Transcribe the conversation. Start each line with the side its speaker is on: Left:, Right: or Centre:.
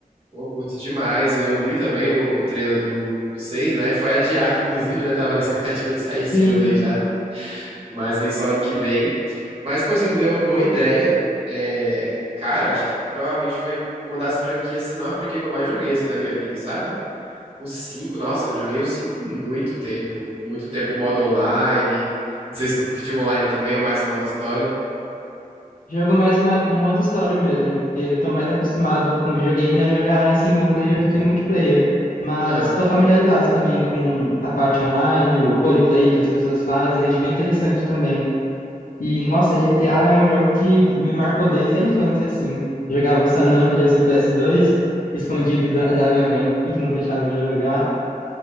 Right: Pô, curto demais. Eu vi também o, o trailer do, do 6, né? Foi adiado, <laughs> inclusive, né? Tava na expectativa de sair
Left: Sim,
Right: esse ano aí já. Mas vem só ano que vem. Mas, pô, você me deu uma boa ideia. É, cara, acho que provavelmente foi uma das franquias, se não a franquia que eu mais joguei, assim, na minha vida, sabe? O 5, nossa, eu joguei o 5 muito tempo. Muito tempo, o modo online. Não sei se tu curtiu o online também, ou mais o modo história.
Left: Jogo mais ma- modo história mesmo, porque eu tô mais acostumado com videogame a jogar em single player do que multiplayer. Mas
Right: Aham.
Left: tô familiarizado também com a parte online, o roleplay que as pessoas fazem, acho bem interessante também. E, nossa, GTA é um jogo que me marcou desde a infância, assim. Jogava o San Andreas no PS2, escondido da, da minha mãe, que não deixava eu jogar.